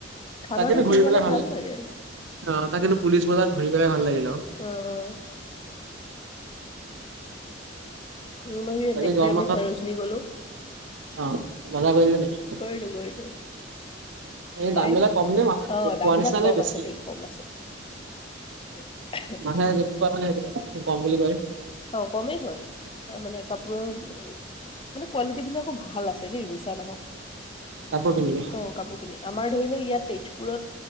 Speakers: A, on the left; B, on the right.
A: খানাটো
B: তাত কিন্তু
A: ঠিক
B: ঘূৰি
A: হ'লে
B: পেলাই ভাল লা,
A: লাগে।
B: অ তাত কিনো পুলিচ বজাৰত ঘূৰি পেলাই ভাল লাগিলে আও।
A: অ, অ। উম, আমাৰ ইয়াত
B: বাকী
A: নেক্স
B: গৰম
A: দে আমি
B: বন্ধত
A: চৰজনী গ'লো।
B: অ বজাৰ কৰিলে নেকি
A: <unintelligible> <unintelligible> কৰিলো।
B: এই
A: টাইম,
B: দাম বিলাক কম নে মানুহে
A: অ দামবিলাক
B: কোৱা নিচিনা
A: কম
B: নে বেছি
A: আছে দেই, কম আছে। উম।
B: মানুহে <unintelligible> মানে সেইটো কম বুলি কয়।
A: অ কমেই হয় আৰু মানে কাপোৰৰ মানে কোৱালিটিবিলাকো ভাল আছে দেই। মিছা নহওক,
B: কাপোৰ কিনিলো
A: অ কাপোৰখিনিৰ। আমাৰ ধৰি লোৱা ইয়াত তেজপুৰত